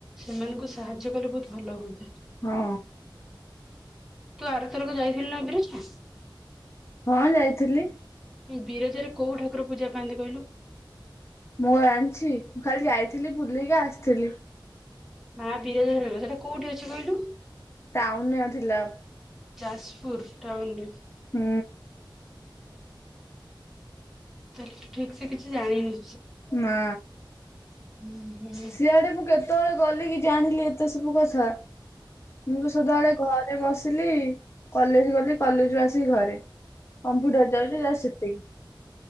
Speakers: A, in the centre; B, on the left.
A: ସେମାନଙ୍କୁ ସାହାଯ୍ୟ କଲେ ବହୁତ ଭଲ ହୁଅନ୍ତା।
B: ହଁ।
A: ତୁ ଆରଥରକ ଯାଇଥିଲୁ ନା ବିରଜା?
B: ହଁ ଯାଇଥିଲି।
A: ବିରଜାରେ କୋଉ ଠାକୁର ପୂଜା ପାଆନ୍ତି କହିଲୁ?
B: ମୁଁ ଅ ଆଣିଚି ମୁଁ ଖାଲି ଯାଇଥିଲି ବୁଲିକି ଆସିଥିଲି।
A: ମା ବିରାଜ ସେଟା କୋଉଠି ଅଛି କହିଲୁ?
B: ଟାଉନ ରେ ଥିଲା।
A: ଯାଜପୁର ଟାଉନରେ।
B: ହୁଁ।
A: ତା ହେଲେ ତୁ ଠିକ୍ ସେ କିଛି ଜାଣିନୁ।
B: ନା।
A: ହୁଁ ହୁଁ।
B: ସିଆଡେ ମୁଁ କେତବେଳେ ଗଲି କି ଜାଣିଲି ଏତେ ସବୁ କଥା। ମୁଁ ତ ସଦାବେଳେ ଘରେ ବସି ଲି କଲେଜ ଗଲି କଲେଜ ରୁ ଆସିକି ଘରେ କମ୍ପ୍ୟୁଟର ଯାଉଚି ଯା ସେତିକି।